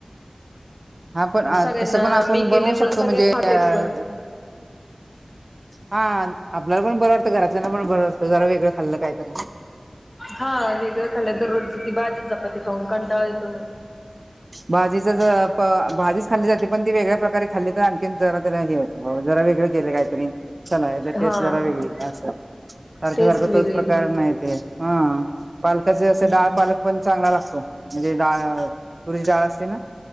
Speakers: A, on the right (about 55°); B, on the left (about 25°).
A: हा पण
B: सगळ्यांना
A: तसं पण आपण
B: मी
A: बनवू
B: केल्यामुळे
A: शकतो
B: सगळे
A: म्हणजे
B: खातेत
A: अ
B: पण
A: हा. आपल्याला पण बर वातं घरातल्याला पण बर वाटतं जरा वेगळं खाल्लं कायतरी
B: हा वेगळ खाल्ल्या दररोजची ती भाजी चपाती खाऊन कंटाळा येतो ना.
A: भाजीच ज भाजीच खाल्ली जाते पण ती वेगळ्या प्रकारे खाल्ली तर आणखी जरा त्याला हे होतं. हो जरा वेगळें केले काय. चला ज
B: हा
A: जरा वेगळी असं सारख्या
B: टेस्ट
A: सारखं
B: वेगळी
A: तोच प्रकार नाही ते हा पालकाचे
B: हम्म
A: असे डाळ पालक पण चांगला लागतो. म्हणजे डाळ तरीची डळ असते ना